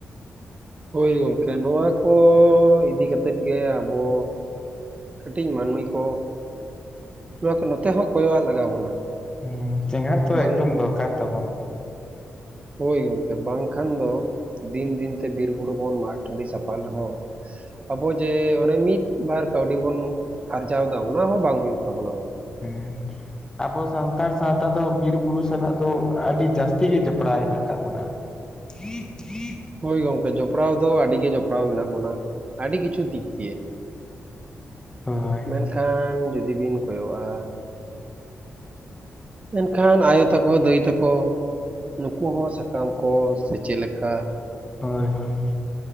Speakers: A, on the right; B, on the left.
A: ᱦᱳᱣ, ᱜᱚᱝᱠᱮ ᱱᱚᱣᱟ ᱠᱚ ᱤᱫᱤ ᱠᱟᱛᱮᱫ ᱜᱮ ᱟᱵᱚᱼᱼ ᱠᱟᱹᱴᱤᱡ ᱢᱟᱹᱱᱢᱤ ᱠᱚ ᱱᱚᱣᱟ ᱠᱚ ᱱᱚᱛᱮ ᱦᱚᱸ ᱠᱚᱭᱚᱼᱟᱜ ᱞᱟᱜᱟᱣᱟ ᱵᱚᱱᱟ᱾
B: ᱦᱩ, ᱪᱮᱸᱜᱟ ᱛᱚ
A: ᱵᱟᱝ
B: ᱮᱠᱫᱚᱢ ᱫᱚᱨᱠᱟᱨ ᱛᱟᱵᱚᱱ
A: ᱦᱳᱣ ᱜᱚᱢᱠᱮ ᱵᱟᱝᱠᱷᱟᱱ ᱫᱚ ᱫᱤᱱ ᱫᱤᱱ ᱛᱮ ᱵᱤᱨ ᱵᱩᱨᱩ ᱵᱚᱱ ᱢᱟᱜ ᱴᱟᱺᱰᱤ ᱥᱟᱯᱷᱟ ᱨᱮᱦᱚᱸ ᱟᱵᱚ ᱡᱮ ᱚᱱᱮ ᱢᱤᱫ ᱵᱟᱨ ᱠᱟᱹᱣᱰᱤ ᱵᱚᱱ ᱟᱨᱡᱟᱣᱫᱟ ᱚᱱᱟ ᱦᱚᱸ ᱵᱟᱝ ᱦᱩᱭᱩᱜ ᱛᱟᱵᱚᱱᱟ ᱜᱚᱢᱠᱮ᱾
B: ᱦᱚᱢ <inaudible> ᱟᱵᱚ ᱥᱟᱱᱛᱟᱲ ᱥᱟᱶᱛᱟ ᱫᱚ ᱵᱤᱨ ᱵᱩᱨᱩ ᱥᱟᱞᱟᱜ ᱫᱚ ᱟᱹᱰᱤ ᱡᱟᱹᱥᱛᱤ ᱜᱮ ᱡᱚᱯᱲᱟᱣ ᱦᱮᱱᱟᱜ ᱟᱠᱟᱫ ᱵᱚᱱᱟ᱾ <inaudible>
A: ᱦᱳᱣ ᱜᱚᱝᱠᱮ ᱡᱚᱯᱲᱟᱣ ᱫᱚ ᱟᱹᱰᱤ ᱜᱮ ᱡᱚᱯᱲᱟᱣ ᱢᱮᱱᱟᱜ ᱵᱚᱱᱟ ᱟᱹᱰᱤ ᱠᱤᱪᱷᱩ ᱫᱤᱠ ᱫᱤᱭᱮ᱾
B: ᱦᱳᱭ
A: ᱢᱮᱱᱠᱷᱟᱱ ᱡᱩᱫᱤ ᱵᱤᱱ ᱠᱚᱭᱚᱜ-ᱟ, ᱢᱮᱱ ᱠᱷᱟᱱ ᱟᱭᱚ ᱛᱟᱠᱚ ᱫᱟᱹᱭ ᱛᱟᱠᱚ ᱱᱩᱠᱩ ᱦᱚᱸ ᱥᱟᱠᱟᱢ ᱠᱚ ᱥᱮ ᱪᱮᱫ ᱞᱮᱠᱟ
B: ᱦᱳᱭ ᱦᱳᱭ